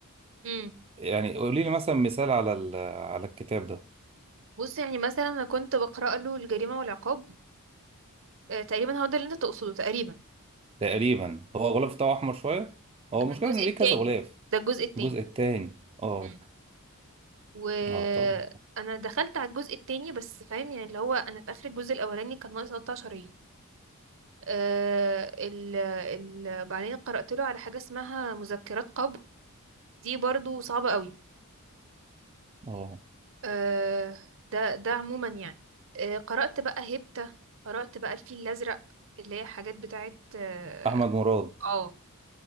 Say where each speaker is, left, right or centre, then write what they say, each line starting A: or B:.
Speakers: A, on the right; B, on the right.
A: امم
B: يعني قولي لي مثلا مثال على ال... على الكتاب ده
A: بص يعني مثلا انا كنت بقرأ له الجريمة والعقاب آه، تقريبا هو ده اللي انت تقصده تقريبا
B: تقريبا
A: آه،
B: هو الغلاف بتاعه أحمر شوية هو
A: ده
B: المشكلة
A: الجزء
B: إنه ليه
A: التاني
B: كذا غلاف
A: ده الجزء التاني
B: الجزء التاني اه
A: مم. وانا
B: اه طبعا
A: دخلت على الجزء التاني بس فاهم يعني اللي هو انا في اخر الجزء الاولاني كان ناقص 13 ايه آه، ال ال بعدين قرأت له على حاجة اسمها مذكرات قبو دي برضو صعبة قوي
B: اه
A: آه، ده ده عموما يعني آه، قرأت بقى هيبتا قرأت بقى الفيل الأزرق اللي هي حاجات بتاعت اه
B: أحمد مراد
A: آه.